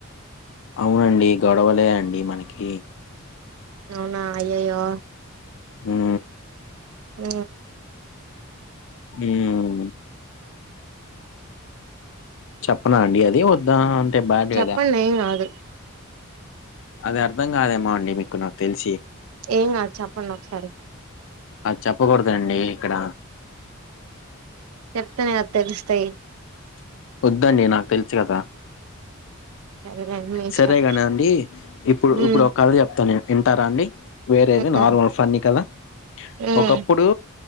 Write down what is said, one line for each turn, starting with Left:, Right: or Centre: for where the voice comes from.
Left: అవునండి గొడవలే అండి మనకి
Right: అవునా అయ్యయ్యో
Left: హు
Right: ఊ
Left: ఉమ్ చెప్పనా అండి అది వద్దా బ్యాడ్ కదా
Right: చెప్పండి ఎంకాదు
Left: అది అర్థం కాదేమో అండి మీకు నాకు తెల్స్
Right: ఏం కాద్ చెప్పండి ఒకసారి
Left: అద్ చెప్పకూడదండి ఇక్కడ
Right: చెప్తనే కద తెలుస్తయ్
Left: వద్దండి నాకు తెలుసు కదా
Right: సరేలేండి మీ ఇష్టం
Left: సరేగాని అండి ఇప్పుడు
Right: మ్మ్
Left: ఇప్పుడు ఒక కథ చెప్తా నేన్ వింటార అండి వేరేది
Right: మ్మ్
Left: నార్మల్ ఫన్ని కథ
Right: మ్మ్
Left: ఒకప్పుడు